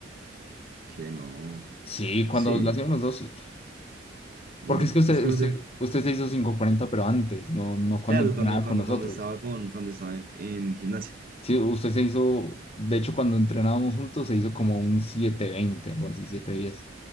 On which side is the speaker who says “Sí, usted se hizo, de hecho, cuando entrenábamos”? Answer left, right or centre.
Left